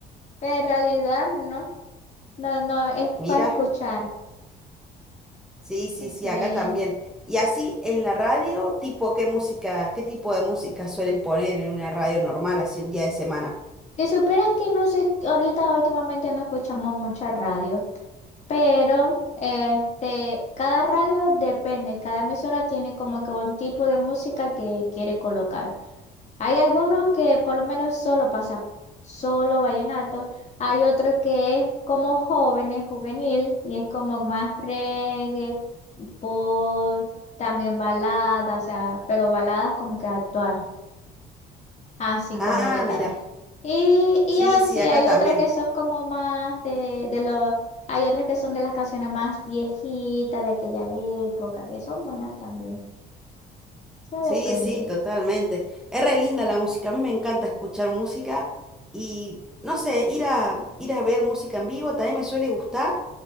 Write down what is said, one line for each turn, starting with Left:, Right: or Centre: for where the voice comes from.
Left: en realidad no. No, no, es
Centre: Mira.
Left: para escuchar.
Centre: Sí, sí, sí,
Left: Sí.
Centre: acá también. Y así en la radio, tipo, ¿qué música, qué tipo de música suelen poner en una radio normal, así un día de semana?
Left: Si supieras que no sé, ahorita últimamente no escuchamos mucha radio, pero este, cada radio depende, cada emisora tiene como que un tipo de música que quiere colocar. Hay algunos que por lo menos solo pasa solo vallenato, hay otro que es como jóvenes, juvenil, y es como más reggae, pop, también baladas, o sea, pero baladas como que actual, así
Centre: Ah,
Left: como que tal.
Centre: mira,
Left: Y, y
Centre: sí,
Left: así,
Centre: sí, acá
Left: hay
Centre: también.
Left: otras que son como más de, de los, hay otras que son de las canciones más viejitas de aquella época, que son buenas también, o sea,
Centre: Sí,
Left: depende.
Centre: sí, totalmente. Es re linda la música, a mí me encanta escuchar música y, no sé, ir a, ir a ver música en vivo también me suele gustar,